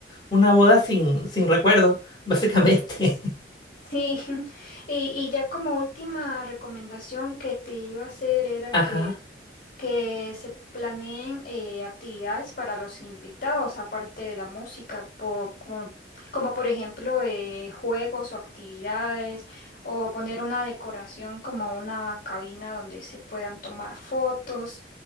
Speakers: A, on the left (about 25°); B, on the left (about 50°).
A: una boda sin, sin recuerdos, básicamente.
B: Sí, <laughs> y, y ya como última recomendación que te iba a hacer era
A: <laughs> Ajá.
B: que que se planeen eh, actividades para los invitados, aparte de la música, po- como, como por ejemplo eh, juegos o actividades, o poner una decoración como una cabina donde se puedan tomar fotos,